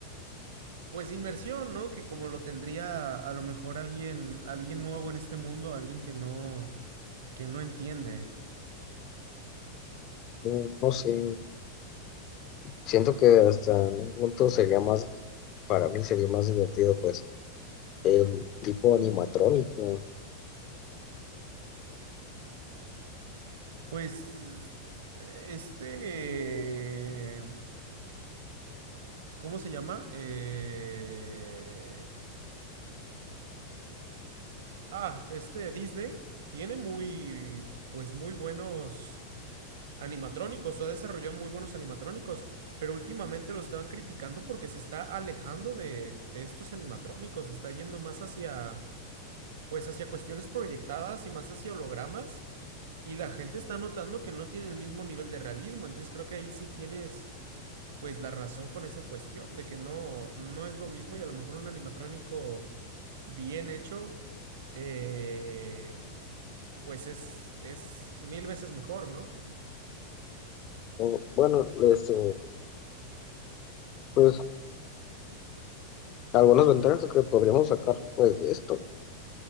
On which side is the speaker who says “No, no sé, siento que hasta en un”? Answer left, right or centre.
Left